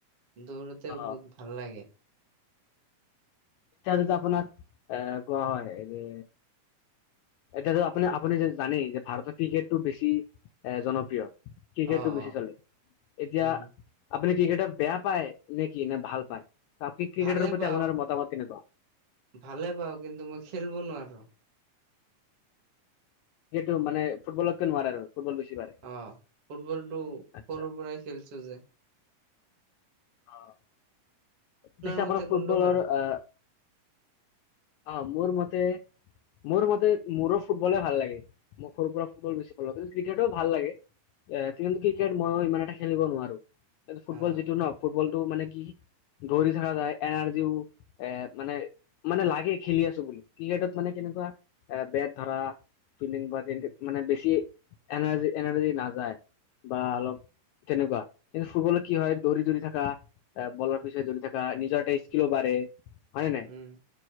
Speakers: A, on the right; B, on the left.
A: দৌৰোতে
B: অ
A: বহুত ভাল লাগে।
B: এতিয়া যদি আপোনাক এ কোৱা হয় যে এতিয়াত টো আপুনি আপুনি যে জানেই যে ভাৰতত ক্ৰিকেটটো বেছি এ জনপ্ৰিয়। ক্ৰিকেটটো
A: অ
B: বেছি
A: অ
B: চলে। এতিয়া
A: উম
B: আপুনি ক্ৰিকেটত বেয়া পায় নে কি নে ভাল পায়? আপনি ক্ৰিকেটৰ
A: ভালে
B: প্ৰতি
A: পাওঁ
B: আপোনাৰ মতামত কেনেকুৱা?
A: ভালে পাওঁ কিন্তু মই খেলিব নোৱাৰো।
B: হেইটো মানে ফুটবলতকে নোৱাৰে আৰু। ফুটবল বেছি পাৰে?
A: অ', ফুটবলটো
B: আচ্ছা
A: সৰুৰ পৰাই খেলিছো যে।
B: অ'। পিছে
A: মতে
B: আপোনাৰ ফুটবলৰ
A: কোনটো ভাল
B: এ, অ', মোৰ মতে মোৰ মতে মোৰো ফুটবলে ভাল লাগে, মই সৰুৰ পৰা ফুটবল বেছি ভাল পাওঁ, কিন্তু ক্ৰিকেটও ভাল লাগে। এ কিন্তু ক্ৰিকেট ময়ো ইমান এটা খেলিব নোৱাৰো, ফুটবল
A: অ
B: যিটো ন ফুটবলটো মানে কি দৌৰি থকা যায়, এনাৰ্জিও এ মানে মানে লাগে খেলি আছো বুলি ক্ৰিকেটত মানে কেনেকুৱা, এ বেট ধৰা ফিল্ডিং বা তিন্তিপ মানে বেছি এনাৰ্জি এনাৰ্জি নাযায়। বা অলপ তেনেকুৱা, কিন্তু ফুটবলত কি হয় দৌৰি দৌৰি থাকা এ বলৰ পচে দৌৰি থাকা, নিজৰ এটা স্কিলো বাঢ়ে হয় ন নাই?
A: উম